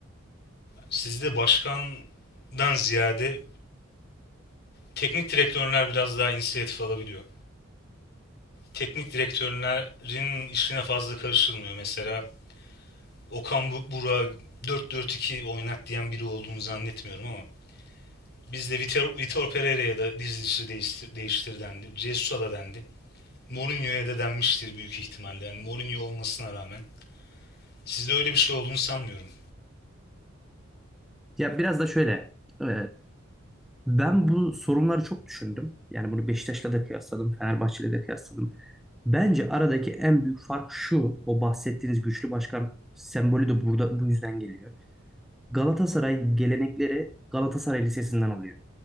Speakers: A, on the left; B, in the centre.
A: Sizde başkandan ziyade teknik direktörler biraz daha inisiyatif alabiliyor. Teknik direktörlerin işine fazla karışılmıyor. Mesela Okan Bu- Burak'ı 4-4-2 oynat diyen biri olduğunu zannetmiyorum ama Bizde Vitor, Vitor Pereira'ya da dizisi değiştir, değiştir dendi. Jesus'a da dendi. Mourinho'ya da denmiştir büyük ihtimalle. Yani Mourinho olmasına rağmen. Sizde öyle bir şey olduğunu sanmıyorum.
B: Ya biraz da şöyle. e, ben bu sorunları çok düşündüm. Yani bunu Beşiktaş'la da kıyasladım. Fenerbahçe'yle de kıyasladım. Bence aradaki en büyük fark şu. O bahsettiğiniz güçlü başkan sembolü de burada bu yüzden geliyor. Galatasaray gelenekleri Galatasaray Lisesi'nden alıyor.